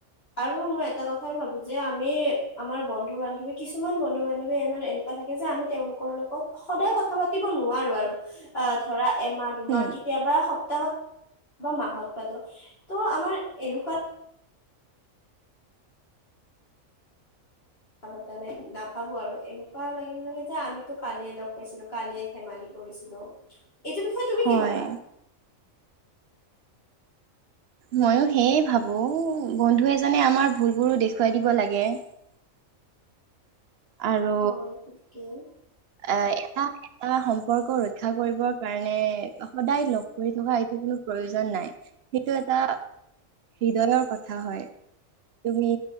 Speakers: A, on the left; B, on the right.
A: আৰু মই এটা কথা ভাবো যে আমি আমাৰ বন্ধু বান্ধৱী কিছুমান বন্ধু বান্ধৱী ইমান এনেকুৱা থাকে যে আমি তেওঁলোকৰ লগত সদায় কথা পাতিব নোৱাৰো আৰু অ ধৰা এমাহ দুমাহ
B: উম,
A: কেতিয়াবা সপ্তাহত বা মাহত পাতো ত' আমাৰ এনেকুৱা কথা পতা নাই নাভাবো আৰু এনেকুৱা লাগিব লাগে যে আমিতো কালিয়ে লগ পাইছিলো কালিয়ে ধেমালি কৰিছিলো। এইটো বিষয়ে তুমি
B: হয়।
A: কি ভাবা <inaudible>
B: মইও সেয়ে ভাবো বন্ধু এজনে আমাৰ ভুলবোৰো দেখুৱাই দিব লাগে <unintelligible> আৰু
A: অ এইটো ঠিকেই
B: এ এটা এটা সম্পৰ্ক ৰক্ষা কৰিবৰ কাৰণে সদায় লগ কৰি থকা এইটো কোনো প্ৰয়োজন নাই সেইটো এটা হৃদয়ৰ কথা হয়। তুমি